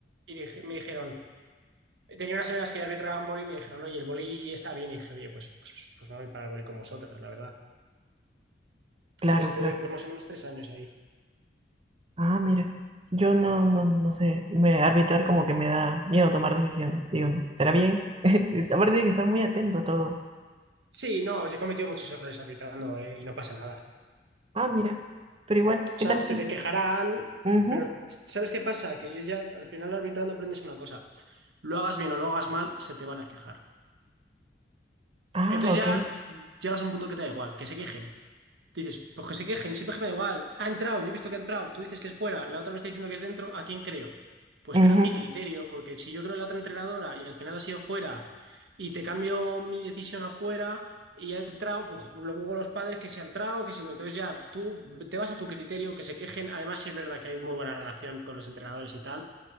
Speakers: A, on the right; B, on the right.
A: Y dije, me dijeron, tenía unas amigas que ya arbitraban vóley y me dijeron, oye, el vóley está bien. Y dije, oye, pues, pues, pues me voy para el vóley con vosotras, la verdad.
B: claro,
A: Y estuve
B: claro.
A: pues más o menos tres años ahí.
B: Ah, mira, yo no, no, no sé, me, arbitrar como que me da miedo tomar decisiones, digo, no, ¿será bien? <laughs> Aparte tiene que estar muy atento a todo.
A: Sí, no, yo he cometido muchos errores arbitrando, eh, y no pasa nada.
B: Ah, mira, pero igual, ¿qué
A: O sea,
B: tal sí?
A: se te quejarán,
B: Ujú.
A: pero ¿sabes qué pasa? Que yo ya al final arbitrando aprendes una cosa. Lo hagas bien o lo hagas mal, se te van a quejar.
B: Ah,
A: Entonces
B: ok.
A: ya llegas a un punto que te da igual, que se quejen. Dices, pues que se quejen, siempre que me da igual. Ha entrado, yo he visto que ha entrado, tú dices que es fuera, la otra me está diciendo que es dentro, ¿a quién creo? Pues
B: Ujú,
A: creo en mi criterio, porque si yo creo en la otra entrenadora y al final ha sido fuera y te cambio mi decisión afuera y ha entrado, pues luego los padres que se han entrado, que si no, entonces ya tú te vas a tu criterio, que se quejen, además sí es verdad que hay muy buena relación con los entrenadores y tal,